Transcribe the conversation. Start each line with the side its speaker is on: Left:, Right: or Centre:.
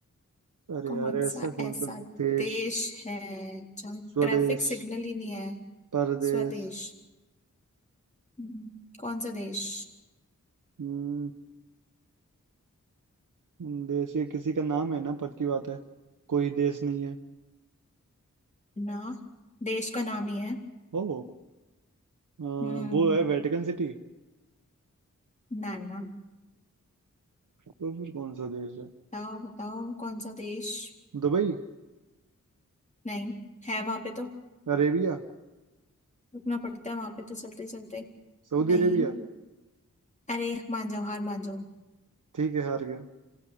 Right: अरे
Left: कौन
Right: यार ऐसा
Left: सा
Right: कौन
Left: ऐसा
Right: सा देश
Left: देश है जहाँ
Right: स्वदेश
Left: ट्रैफिक सिग्नल ही नहीं है
Right: परदेश
Left: स्वदेश हम्म, कौन सा देश
Right: हम्म हम्म, देश ये किसी का नाम है ना पक्की बात है कोई देश नहीं है
Left: ना देश का नाम ही है
Right: ओ अह,
Left: हम्म
Right: वो है वेटिकन सिटी
Left: ना ना
Right: तो फिर कौन सा देश है
Left: बताओ बताओ कौन सा देश
Right: दुबई
Left: नहीं है वहां पे तो
Right: अरेबिया
Left: रुकना पड़ता है वहां पे तो चलते चलते
Right: Saudi
Left: नहीं
Right: Arabia
Left: अरे मान जाओ हार मान जाओ
Right: ठीक है हार गया